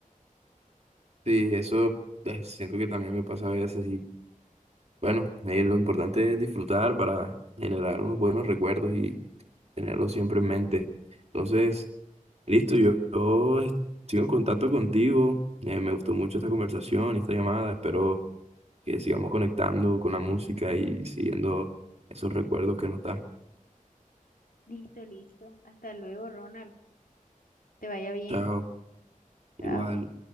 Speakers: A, on the right; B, on the left.
A: Sí, eso eh, siento que también me pasa a veces y bueno, eh, lo importante es disfrutar para generar unos buenos recuerdos y tenerlos siempre en mente. Entonces, listo, yo, yo es- sigo en contacto contigo, eh, me gustó mucho esta conversación y esta llamada, espero que sigamos conectando con la música y siguiendo esos recuerdos que nos da.
B: Listo, listo. Hasta luego, Ronald. Te vaya bien.
A: Chao,
B: Chao.
A: igual.